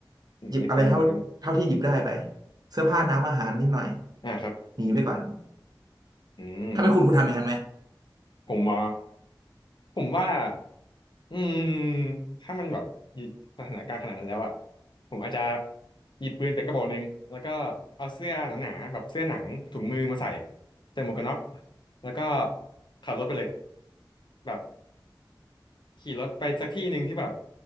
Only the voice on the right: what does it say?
หยิบอะไรเท่าเท่าที่หยิบได้ไป
เสื้อผ้าน้ำอาหารนิดหน่อย
หนีไปก่อน
ถ้าเป็นคุณคุณทำอย่างนั้นไหม